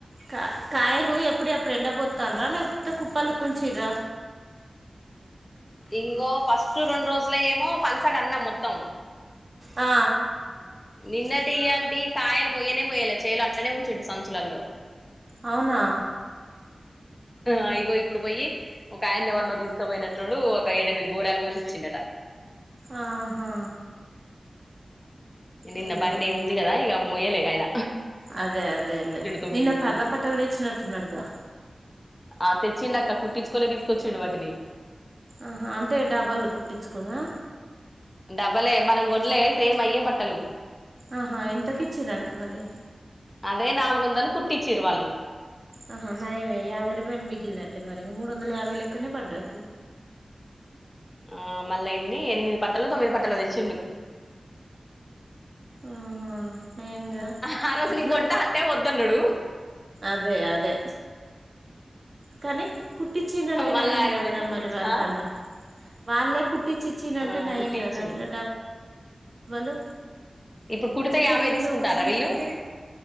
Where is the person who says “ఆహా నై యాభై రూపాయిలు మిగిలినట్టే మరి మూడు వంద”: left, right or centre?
Right